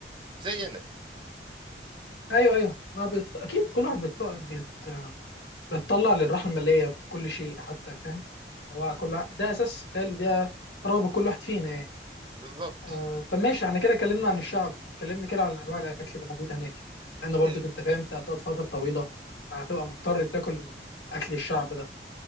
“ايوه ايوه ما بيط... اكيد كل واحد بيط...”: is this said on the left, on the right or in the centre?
Left